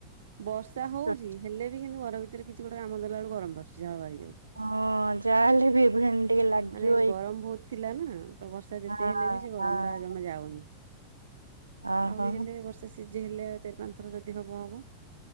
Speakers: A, on the right (about 60°); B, on the right (about 80°).
A: ବର୍ଷା
B: ପଳଉଛି
A: ହଉଛି ହେଲେ ବି କିନ୍ତୁ ଘର ଭିତ ରେ କିଛି ଗୋଟେ କାମ ଦେଲା ବେଳୁ ଗମର ବାହାରୁଛି ଝଳ ବା
B: ହଁ ଯାହା ହେଲେ ବି ଏଇ ଭଳିଆ ଟିକେ ଲାଗିବ
A: ମାନେ ଗରମ ବହୁତ ଥିଲା ନା ତ ବର୍ଷା ଯେତେ
B: ହଁ
A: ହେଲେ ବି ସେ ଗରମ
B: ହଁ
A: ଟା ଜମା ଯାଉନି।
B: ଓହୋ
A: ଆହୁରି ହେଲେ ବର୍ଷେ ସିଝେଇ ହେଲେ ଆଉ ଚାରି ପାଞ୍ଚ ଥର ଯଦି ହବ ହବ।